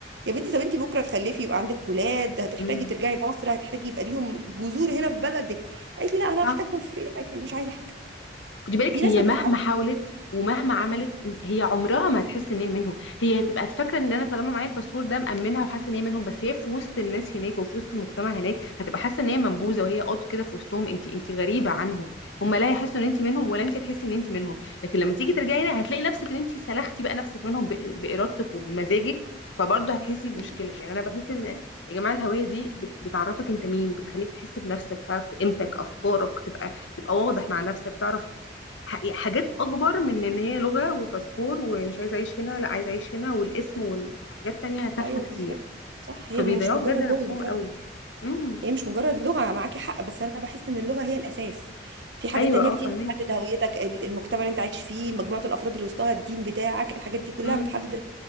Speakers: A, on the right (about 70°); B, on the left (about 85°).
A: يا بنتي طب انتي بكره تخلفي يبقى عندك ولاد هتحتاجي
B: امم
A: ترجعي مصر هتحتاجي يبقى ليهم جذور هنا في بلدك قالت لي لا انا
B: صح
A: هحتاجهم في ايه عادي أنا مش عايزه حاجه
B: خدي بالك
A: دي ناس
B: هي
A: ما
B: مهما
A: بتفهمش
B: حاولت ومهما عملت هي عمرها ما هتحس ان هي منهم هي هتبقى فاكره ان انا طالما معايا الباسبور ده مأمنها وحاسه ان هي منهم بس هي في وسط الناس هناك وفي وسط المجتمع هناك هتبقى حاسه ان هي منبوذه وهي قط كده في وسطهم انت انت غريبه عنهم هم لا يحسوا ان انت منهم ولا انت هتحسي ان انت منهم لكن لما تيجي ترجعي هنا هتلاقي نفسك ان انت سلختي بقى نفسك منهم بإ- بارادتك وبمزاجك فبرضه هتحسي
A: مم.
B: بمشكله يعني انا بحس ان يا جماعه الهويه دي بت- بتعرفك انت مين بتخليك تحس بنفسك تعرف قيمتك افكارك تبقى تبقى واضح مع نفسك تعرف ح- يعني حاجات اكبر من ان هي لغة وباسبور ومش عايزة اعيش هنا لا عايزة اعيش هنا والاسم وال- وحاجات تانية تافهة
A: ايوه
B: كتير
A: بالظبط صح
B: فبيضيعوا
A: هي مش مجرد
B: بجد نفسهم
A: لغه بجد
B: قوي امم
A: هي مش مجرد لغة معاكي حق بس أنا بحس إن اللغة هي الأساس في حاجات
B: ايوه
A: تانية
B: اه
A: كتير
B: فاهمك
A: بتحدد هويتك ال- المجتمع اللي أنت عايش فيه مجموعة الأفراد اللي وسطها الدين بتاعك الحاجات دي كلها
B: امم
A: بتحدد ال-